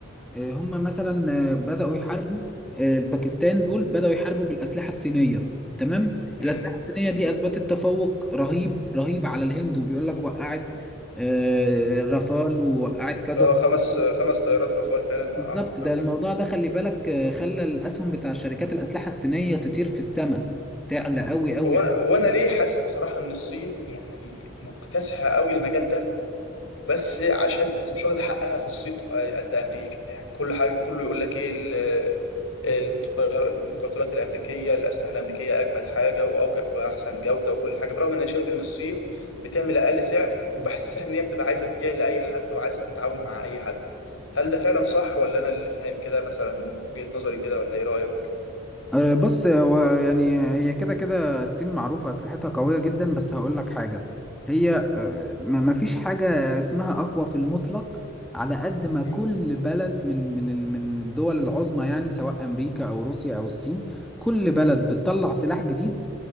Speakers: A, in the centre; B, on the left (about 85°).
A: أه، هم مثلا أه، بداوا يحاربوا أه، الباكستان دول بداوا يحاربوا بالاسلحه الصينيه تمام الاسلحه
B: امم
A: الصينيه
B: امم
A: دي اثبتت تفوق رهيب رهيب على الهند وبيقول لك وقعت أه، رافال ووقعت كذا
B: ده خمس
A: <laughs>
B: خمس طيارات رافال فعلا وقعوا
A: بالظبط
B: خمسه
A: ده الموضوع ده خلي بالك أه، خلى الاسهم بتاع شركات الاسلحه الصينيه تطير في السماء تعلى قوي قوي
B: هو هو انا ليه حاسس بصراحه ان الصين يعني مكتسحه قوي المجال ده بس عشان بس مش واخده حقها في الصيت قد امريكا يعني كل حاجه كله يقول لك ايه ال- المطير- المقاتلات الامريكيه الاسلحه الامريكيه اجمد حاجه واوجه واحسن جوده وكل حاجه برغم ان انا شايف ان الصين بتعمل اقل سعر وبحسها ان هي بتبقى عايزه تبيع لاي حد وعايزه تتعاون مع اي حد هل ده فعلا صح ولا انا اللي فاهم كده مثلا وجهه نظري كده ولا ايه رايك؟
A: أه، بص هو يعني هي كده كده الصين معروفة أسلحتها قوية جدا بس هقول لك حاجة هي أه، ما ما فيش حاجة اسمها أقوى في المطلق على قد ما كل
B: مم.
A: بلد من من ال- من الدول العظمى يعني سواء أمريكا أو روسيا أو الصين كل بلد
B: مم.
A: بتطلع سلاح جديد